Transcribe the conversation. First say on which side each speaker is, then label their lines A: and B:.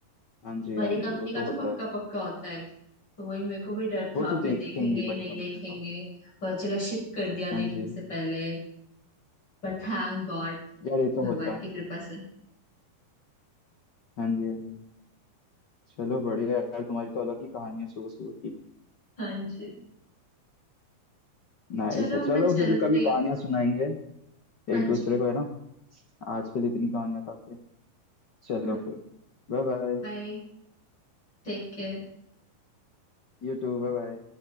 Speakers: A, on the left; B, on the left.
A: हाँ जी
B: बड़ी
A: हाँ जी
B: कंपनी
A: वो तो
B: का तो
A: होता
B: पक्का
A: है
B: पक्का होता है तो वही मेरे को भी डर
A: वो
B: था
A: तो देखेंगी
B: कि ये देखेंगे नहीं
A: बड़ी कंपनी
B: देखेंगे
A: तो
B: पता चला शिफ्ट कर दिया देखने
A: हाँ जी
B: से पहले पर थैंक गॉड
A: यार ये तो
B: भगवान
A: होता है
B: की कृपा से
A: हाँ जी हाँ जी चलो बढ़िया यार तुम्हारी तो अलग ही कहानी है सुबह सुबह की
B: हाँ जी
A: नाइस
B: चलो
A: है चलो
B: मैं चलती
A: फिर कभी
B: हूँ
A: कहानियां सुनाएंगे
B: हाँ
A: एक दूसरे
B: जी
A: को है ना आज के लिए इतनी कहानियां काफी है चलो
B: हम्म
A: फिर bye bye
B: बाय Take care
A: You too bye bye